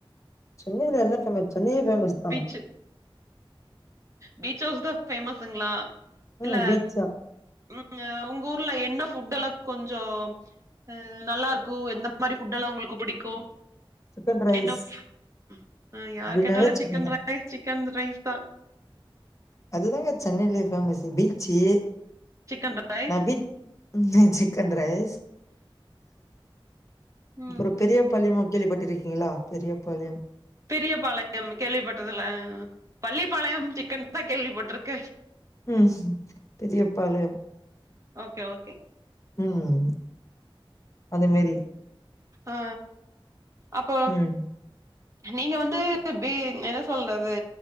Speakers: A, on the left; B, on the right.
A: சென்னைல என்ன ஃபேமஸ் சென்னயே ஃபேமஸ் தா
B: பீச்சு பீச்ஹவுஸ் தா ஃபேமஸுங்ளா
A: ம்
B: இல்ல
A: பீச்சா
B: ம் உங்கூர்ல என்ன ஃபுட்டெல்லா கொஞ்சோ ம் நல்லாருக்கு எந்த மாரி ஃபுட்டெல்லா உங்ளுக் க்கு புடிக்கு
A: சிக்கன் ரைஸ்
B: என்ன ஃபு ம் யாரு
A: அப்டின்னாவே
B: கேட்டாலு
A: சென்னை
B: சி
A: தா
B: ரைஸ் சிக்கன் ரைஸ் தா
A: அதுதாங்க சென்னைலயே ஃபேமஸு பீச்சு
B: சிக்கன் ரைஸ்
A: நா பீ <unintelligible> சிக்கன் ரைஸ் அப்றோ
B: ம்
A: பெரிய பாளயமு கேள்விப்பட்ருக்கீங்களா பெரிய பாளையம்
B: பெரியபாளையம் கேள்விப்பட்டதில்ல பள்ளிப்பாளையம் சிக்கன் தா கேள்விப்பட்ருக்கே
A: ம் பெரிய பாளையம்
B: ஓகே ஓகே
A: ம் அந்த மேரி
B: ஆ அப்போ
A: ம்
B: நீங்க வந்து பீ என்ன சொல்றது